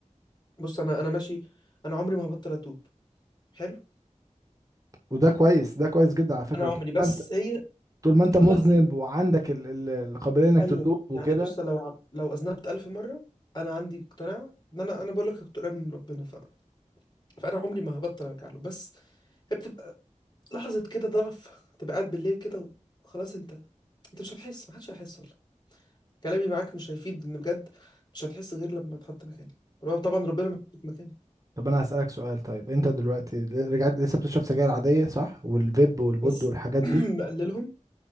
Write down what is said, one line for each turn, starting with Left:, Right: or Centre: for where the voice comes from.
Left: بص انا انا ماشي انا عمري ما هبطل اتوب حلو
Right: وده كويس ده كويس جدا على فكره
Left: انا
Right: طول
Left: عمري بس
Right: ما انت
Left: هي
Right: طول ما
Left: بتبقى
Right: انت مذنب
Left: لحظه
Right: وعندك ال- ال- القابليه انك
Left: ايوه
Right: تتوب وكده
Left: يعني بص لو عب- لو اذنبت الف مره انا عندي اقتناع ان انا انا بقول لك كنت قريب من ربنا ف... فانا عمري ما هبطل ارجع له بس هي بتبقى لحظه كده ضعف تبقى قاعد بالليل كده وخلاص انت انت مش هتحس محدش هيحس كلامي معاك مش هيفيد لان بجد مش هتحس غير لما تحط مكاني طبعا ربنا ما يحطك مكاني
Right: طب انا هسألك سؤال طيب انت دلوقتي رجعت لسه بتشرب سجاير عادية صح والفيب والبود
Left: بس
Right: والحاجات
Left: <clears throat>
Right: دي
Left: مقللهم